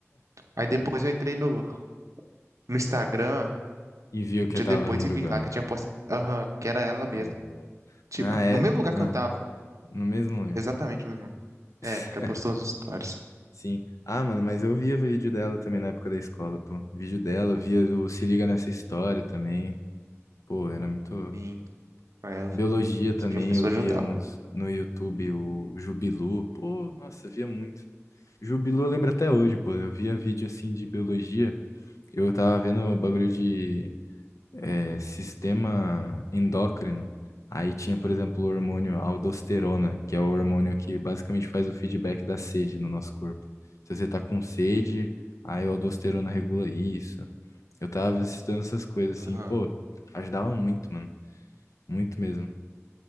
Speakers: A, on the right (about 80°); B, on the left (about 80°).
A: Aí depois eu entrei no, no Instagram,
B: E viu que
A: um dia
B: eu tava
A: depois,
B: no Uruguai.
A: e vi lá que eu tinha postado. Aham, que era ela mesmo.
B: Oh, louco.
A: Tipo,
B: Na é.
A: no mesmo lugar
B: Ah,
A: que eu tava.
B: no mesmo lugar.
A: Exatamente no mesmo É,
B: <laughs>
A: que é postou os stories.
B: Sim. Ah, mano, mas eu via vídeo dela também na época da escola, pô. Vídeo dela, eu via do Se Liga Nessa História também. Pô, era muito.
A: Sim, com ela.
B: Biologia
A: Os
B: também,
A: professores
B: eu via
A: ajudavam.
B: uns no YouTube, o Jubilu. Pô, nossa, eu via muito. Jubilu eu lembro até hoje, pô. Eu via vídeo assim de biologia. Eu tava vendo o bagulho de é, sistema endócrino. Aí tinha, por exemplo, o hormônio aldosterona, que é o hormônio que basicamente faz o feedback da sede no nosso corpo. Se você tá com sede, aí a aldosterona regula isso. Eu tava estudando essas coisas
A: Aham.
B: assim, pô, ajudava muito, mano. Muito mesmo.